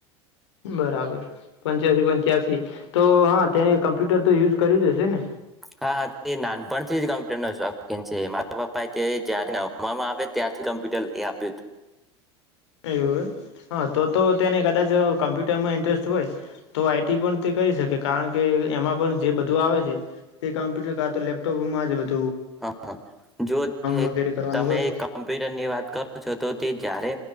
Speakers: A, on the left (about 75°); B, in the centre.
A: બરાબર પંચ્યાસી પંચ્યાસી તો હા તેને કમ્પ્યુટર તો યુઝ કર્યું જ હશે ને
B: હા હા તે નાનપણથી કમ્પ્યુટર ન શોખ કે મારા પપ્પા એ જથીમાં આવે ત્યાારથી કમ્પ્યુટર એ આપ્યું હત
A: એવું હા તો તો તેને કદાચ કમ્પ્યુટરમાં ઇન્ટરેસ્ટ હોય તો આઈટી પણ તે કરી શકે કારણ કે એમાં પણ જે બધું આવે છે તે કમ્પ્યુટર કા તો લેપટોપમાં જ બું
B: હા હ જો તે
A: વગેરે કરવાનું
B: તમે
A: હોય
B: કમ્પ્યુટરની વાત કરો છો તો તે જારે